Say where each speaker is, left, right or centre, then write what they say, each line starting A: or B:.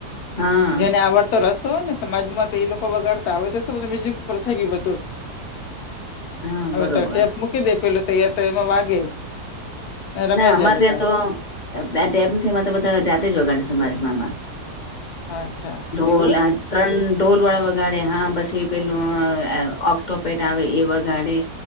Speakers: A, on the left; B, on the left.
A: હા
B: જેને આવડતો રસ તોને ને સમાજમાં તો એ લોકો વગાડતા હવે તો શું બધું મ્યુઝિક ઉપર થઈ ગયું બધું.
A: હા
B: હવે
A: બરોબર
B: તો ટેપ મૂકી દે પેલું તોયા તો એમાં વાગે ને રમે
A: ના અમારે
B: જાય બધા
A: ત્યાં તો તમ અમારે તો બધાં જાતે જ વગાડ સમાજમાં મા
B: અચ્છા
A: ઢોલ
B: એવું હોય
A: આ ત્રણ ઢોલ વાળા વગાડે હા પછી પેલું ઓક્ટો પેટ આવે એ વગાડે